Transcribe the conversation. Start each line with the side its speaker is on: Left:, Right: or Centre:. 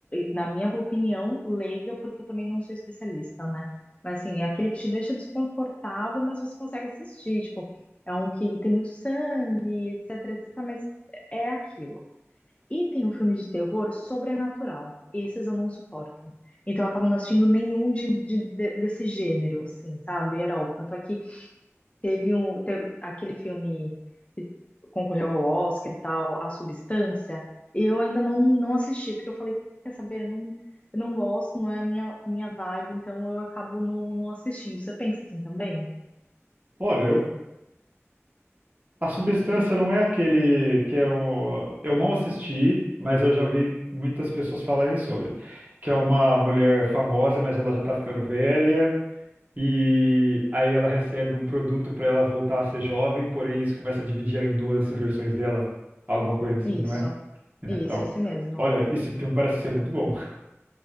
Left: na minha opinião, leiga, porque eu também não sou especialista, né? Mas assim, é aquele que te deixa desconfortável, mas você consegue assistir, tipo, é um que tem muito sangue, etc, etc, mas é aquilo. E tem o filme de terror sobrenatural. Esses eu não suporto. Então eu acabo não assistindo nenhum de, de- de- desse gênero, assim, sabe? At all. Tanto é que teve um, teve aquele filme concorreu ao Oscar e tal, A Substância, eu ainda não, não assisti, porque eu falei, quer saber, eu não, eu não gosto, não é a minha, minha vibe, então eu acabo não, não assistindo. Você pensa assim também?
Right: Olha, eu- a substância não é aquele que era um, eu não assisti, mas eu já ouvi muitas pessoas falarem sobre, que é uma mulher famosa, mas ela já tá ficando velha E aí ela recebe um produto para ela voltar a ser jovem, porém isso começa a dividir ela em duas versões dela. Alguma coisa assim,
Left: Isso,
Right: não é? É,
Left: isso,
Right: Então,
Left: esse mesmo.
Right: olha, esse filme parece ser muito bom.